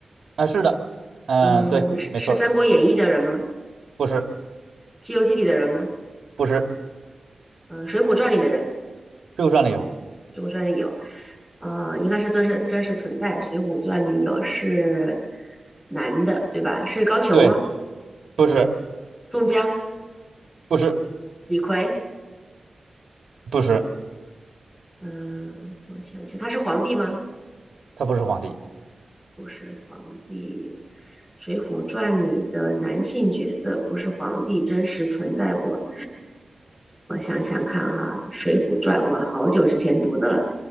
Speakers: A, on the right; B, in the centre.
A: 啊，是的，嗯、
B: 嗯，
A: 对，
B: 是是《三国演义》的人吗？
A: 没错儿不是
B: 《西游记》里的人吗？
A: 不是
B: 嗯、呃水浒传》里的人，
A: 《水浒传》里有，
B: 《水浒传》里有，呃，应该是真实真实存在，《水浒传》里有是男的，对吧？是高俅吗？
A: 对，不是
B: 宋江、
A: 不是
B: 李逵，
A: 不是，
B: 嗯、我想想，他是皇帝吗？
A: 他不是皇帝，
B: 不是皇帝，《水浒传》里的男性角色不是皇帝真实存在过。我想想看哈，《水浒传》哇，好久之前读的了。